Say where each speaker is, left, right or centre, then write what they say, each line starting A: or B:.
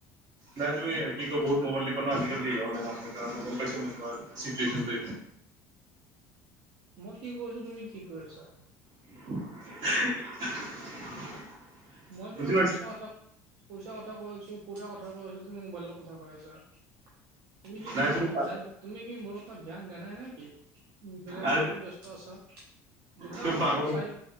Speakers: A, on the right (about 55°); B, on the right (about 75°).
A: নাই, তুমি কি কয়! বহুত মোবাইল টিপা ন আজিকালি। অলপমান <unintelligible> গম পাইছোঁ মই তোমাৰ চিটুৱেশ্বনটো।
B: মই কি কৈ আছোঁ? তুমি কি কৈ আছা?
A: <inaudible>
B: মই কিবা
A: বুজি পাইছো
B: পইচা কথা পইচাৰ কথা কৈ আছোঁ, ফুৰাৰ কথা কৈ আছো, তুমি মোবাইলৰ কথা কৈ আছা। তুমি কি
A: নাই
B: মোৰ কথাাত
A: পাগল
B: ধ্যান তুমি কি মোৰ কথাত ধ্যান দিয়া নাই নেকি? উম, বেলেগৰ
A: আৰু
B: ওপৰত ব্যস্ত আছা, জোতা
A: তুমি
B: বাৰু
A: পাগল
B: চাই